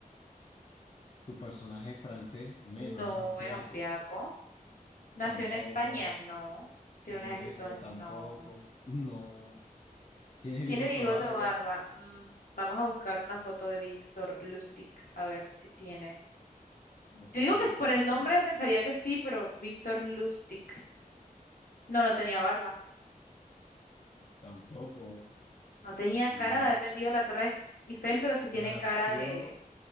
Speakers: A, on the left; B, on the left.
A: tu personaje es francés, menos,
B: No
A: es austriaco.
B: es austriaco. ¿Nació
A: Tampoco,
B: en España? No. ¿Tiene
A: tiene
B: un ejército?
A: un ejército
B: No.
A: tampoco. <laughs> No, tiene
B: ¿Tiene
A: bigote
B: bigote
A: barba.
B: o barba? Mm, vamos a buscar una foto de Víctor Lustig, a ver si tiene.
A: Vos
B: Te
A: como
B: digo que
A: mentico,
B: por el nombre
A: por
B: pensaría que sí, pero Víctor Lustig. No, no tenía barba.
A: tampoco.
B: No tenía cara
A: No,
B: de haber vendido la Torre Eiffel, pero sí tiene
A: nació,
B: cara de...